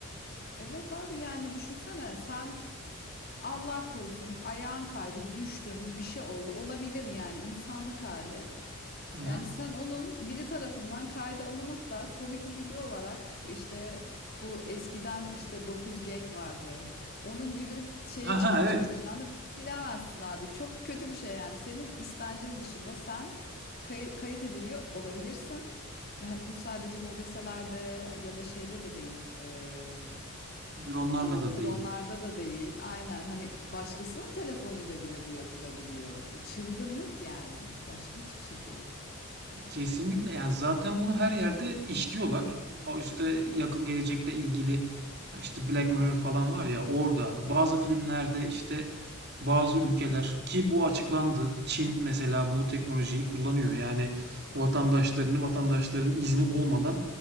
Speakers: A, on the left; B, on the right.
A: Evet abi yani düşünsene sen Allah korusun ayağın kaydı düştün bir şey oldu olabilir yani insanlık hali.
B: Hı hı.
A: Yani sen onun biri tarafından kayda alınıp da komikli video olarak işte bu eskiden işte 9 gag vardı. Onun gibi şeye
B: Ha
A: çıkıp
B: ha
A: çıkmayacağını
B: evet.
A: bilemezsin abi. Çok kötü bir şey yani. Senin istencin dışında sen kay- kayıt ediliyor olabilirsin. Ve hani bu sadece mobeselerde ya da şeyde de değil. Ee,
B: onlarla
A: bu
B: da değil.
A: dronlarda da değil. Aynen hani başkasının telefonuyla bile bu yapılabiliyor. Çılgınlık yani. Başka hiçbir şey değil.
B: Kesinlikle yani zaten bunu her yerde işliyorlar. O işte yakın gelecekle ilgili işte Black Mirror falan var ya orada bazı
A: Hı hı.
B: filmlerde işte bazı ülkeler ki bu açıklandı. Çin mesela bu teknolojiyi kullanıyor. Yani vatandaşlarını vatandaşların izni olmadan